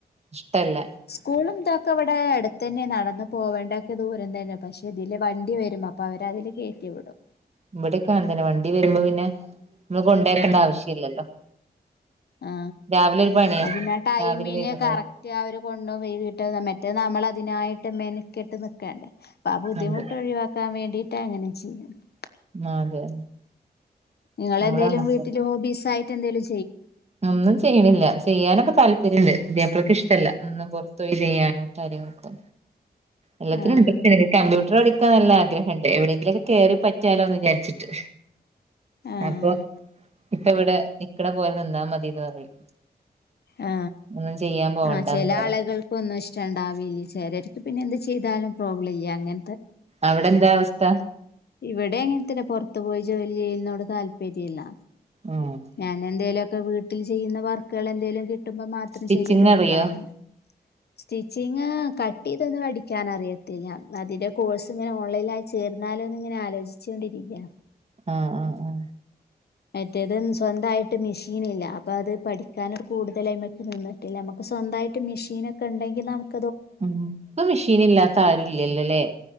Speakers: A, on the right; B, on the left.
A: ഇഷ്ടല്ല
B: സ്കൂളും ക്ക അവിടെ അടുത്ത് തന്നെ നടന്നന്ന് പോകേണ്ടൊക്കെ ദൂരം തന്നെയാണ് പക്ഷെ ഇതില് വണ്ടി വരുമ്പോ അപ്പോഅവരതില് ക ത്തിവിടും
A: ഇവിടെ കാണ തന്നെ വണ്ടി വരുമ്പോ പിന്നെ നമ്മക്ക് കൊണ്ടേക്കേണ്ട ആവശ്യല്ലല്ലോ
B: ആ
A: രാവിലെ ഒരു പണിയാ
B: പിന്നെ ടൈമില്
A: രാവിലെ വൈകുന്നേരം
B: കറക്റ്റ് അവര് കൊണ്ട <unintelligible> മ് നമ്മള അതിനായിട്ട് മെനക്കിട്ട് നിക്കേണ്ടേ ആ ബുദ്ധിമുട്ട്
A: അതെ
B: ഒഴിവാക്കാൻ വേണ്ടി അങ്ങനെ <unintelligible>
A: ആ അതെ
B: നിങ്ങെന്തേലും
A: നമ്മളും അങ്ങൻതന്നെ
B: വീട്ടില് ഹോബീസ് ആയിട്ട് എന്തലും
A: ഒന്നും ചെയ്യണില്ല ചെയ്യാനൊക്കെ താല്പര്യണ്ട് പുതിയാപ്ലക് ഇഷ്ടല്ല ഒന്ന് പൊറത്ത് ചെയ്യാനോ കാര്യങ്ങളൊക്ക എല്ലാത്തിനും
B: ആഹ്
A: ഉണ്ട് കമ്പ്യൂട്ടർ കളിക്ക ക്കെ നല്ല ആഗ്രഹംണ്ട് എവിടെയെങ്കിലുമൊക്കെ കേറി പറ്റിയാലോ എന്ന് വിചാരിച്ചിട്ട്
B: ആഹ്
A: അപ്പൊ ഇപ്പൊ ഇവിടെ നിക്കണ പോലെ നിന്നാ മതിന്ന് പറയും
B: ആ
A: ഒന്നും ചെയ്യാൻ പോവണ്ടാന്നുള്ളത്
B: ആ ചെല ആളുകൾക്കൊന്നും രണ്ടാവവിയിൽ ചാരാര്ക് പിന്നെ എന്ത് ചെയ്താലും പ്രോബ്ലം ഇല്ല അങ്ങനെ
A: അവിടെ എന്താ അവസ്ഥ
B: ഇവിടെ എങ്ങനത്തെല്ല പുറത്തു പോയി ജോലി ചെയ്യ്ന്നോട് താല്പര്യല്ല
A: ആഹ്
B: ഞാനെന്തേലൊക്ക വീട്ടിൽ ചെയ്യുന്ന വർക്കുകൾ എന്തേലും കി കിട്ടുമ്പോ മാത്രം
A: സ്റ്റിച്ചിങ്
B: ചെയ്യത എടുക്കാറാണ്
A: അറിയോ
B: സ്റ്റിച്ചിങ്ങ് കട്ട്ഇത് അ ഠിക്കാൻറിയത്തില്ല അതിൻ്റെ കോഴ്സ് ഇങ്ങനെ ഓൺലൈനായി ചേർന്നാലും ഇങ്ങനെ ആലോചിചോണ്ടിരിക്ക
A: ആ ആ ആ
B: മറ്റേത് സ്വന്തായിട്ട് മെഷീൻ ഇല്ല അപ്പൊ അത് പഠിക്കാന കൂടുതലായ്മക്ക നിന്നിട്ടില്ല നമുക്ക് സ്വന്തായിട്ട് മെഷീനൊക്കെ ണ്ടെങ്കിൽ നമുക്ക്
A: ഉ ഇപ്പ മെഷീൻ ഇല്ലാത്ത ആരുല്ലല്ലല്ലേ